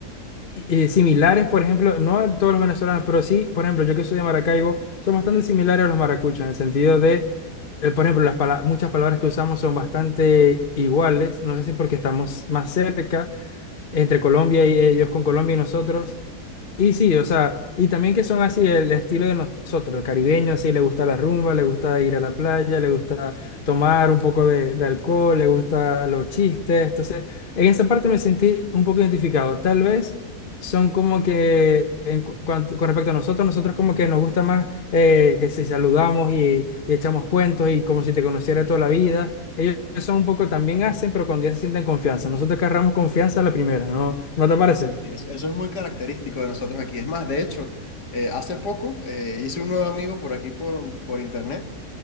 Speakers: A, on the left (about 35°); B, on the left (about 85°).
A: eh, similares, por ejemplo, no a todos los venezolanos, pero sí, por ejemplo, yo que soy de Maracaibo, son bastante similares a los maracuchos, en el sentido de, eh, por ejemplo, las pala- muchas palabras que usamos son bastante iguales, no sé si porque estamos más cerca entre Colombia y ellos con Colombia y nosotros, y sí, o sea, y también que son así el estilo de nosotros, el caribeño, así le gusta la rumba, le gusta ir a la playa, le gusta tomar un poco de, de alcohol, le gusta los chistes. Entonces, en esa parte me sentí un poco identificado. Tal vez son como que, en cu- cuan- con, respecto a nosotros, nosotros como que nos gusta más eh, que si saludamos y, y echamos cuentos y como si te conociera toda la vida. Ellos son un poco también hacen, pero cuando ya se sienten confianza. Nosotros agarramos confianza a la primera, ¿no? ¿No te parece?
B: Así, sí, eso, eso es muy característico de nosotros aquí. Es más, de hecho, eh, hace poco eh, hice un nuevo amigo por aquí por, por internet